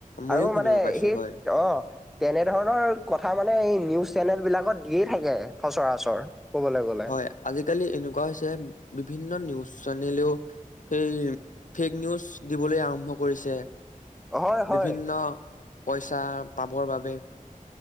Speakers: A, on the left; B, in the centre.
A: ময়ো
B: আৰু
A: শুনিব
B: মানে
A: পাইছো
B: সেই,
A: হয়
B: অ', তেনেধৰণৰ কথা কথা মানে এই নিউজ চেনেল বিলাকত দিয়েই থাকে সচৰাচৰ। কবলৈ গ'লে
A: হয়, আজিকালি এনেকুৱা হৈছে বিভিন্ন নিউজ চেনেলেও সেই ফেক নিউজ দিবলৈ আৰম্ভ কৰিছে।
B: হয় হয়।
A: বিভিন্ন পইচা পাবৰ বাবে,